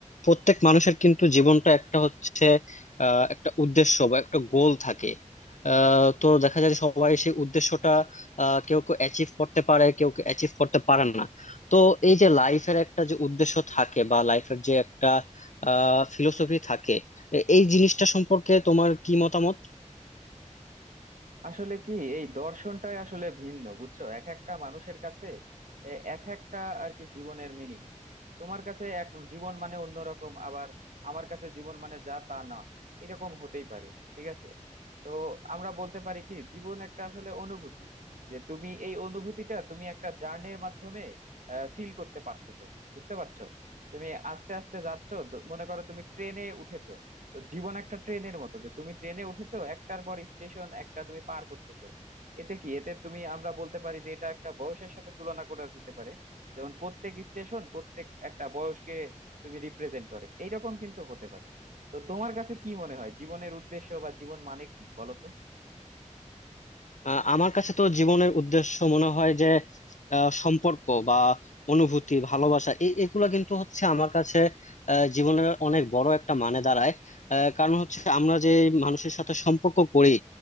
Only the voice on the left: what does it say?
প্রত্যেক মানুষের কিন্তু জীবনটা একটা হচ্ছে আহ, একটা উদ্দেশ্য বা একটা গোল থাকে আহ, তো দেখা যায় যে সবাই সেই উদ্দেশ্যটা আহ, কেউ কেউ অ্যাচিভ করতে পারে কেউ কেউ অ্যাচিভ করতে পারে না তো এই যে লাইফের একটা যে উদ্দেশ্য থাকে বা লাইফের যে একটা ফিলোসফি থাকে এ- এই জিনিসটা সম্পর্কে তোমার কি মতামত
আহ, আমার কাছে তো জীবনের উদ্দেশ্য মনে হয় যে আহ, সম্পর্ক বা অনুভূতি ভালোবাসা এ- এগুলা কিন্তু হচ্ছে আমার কাছে আহ, জীবনের অনেক বড় একটা মানে দাঁড়ায় আহ, কারণ হচ্ছে আমরা যে মানুষের সাথে সম্পর্ক করি